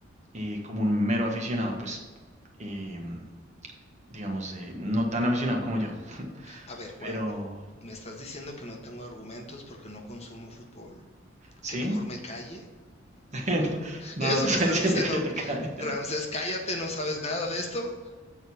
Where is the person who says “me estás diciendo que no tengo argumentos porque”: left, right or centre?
Left